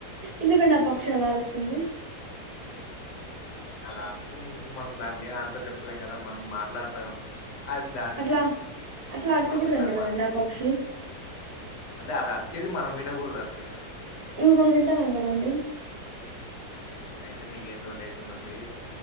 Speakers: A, on the right; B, on the left.
A: ఎందుకండీ ఆ పక్షి అలా అరుస్తుంది
B: అలా అడుస్తునందుకు మనం దానికి ఏ ఆన్సర్ చెప్పలేం కదా మన్ మాట్లాడతాం అది దాన్ని
A: అట్లా అట్లా అరచకూడదంట
B: మనం ఎలా
A: కదండి
B: మా
A: ఆ పక్షి
B: అంటే అది అరిచేది మనం వినకూడదు అంతే
A: ఇప్పుడు మనం వింటాన్నాం కదండి
B: అయితే మీకు ఏందోటి అయితుందంది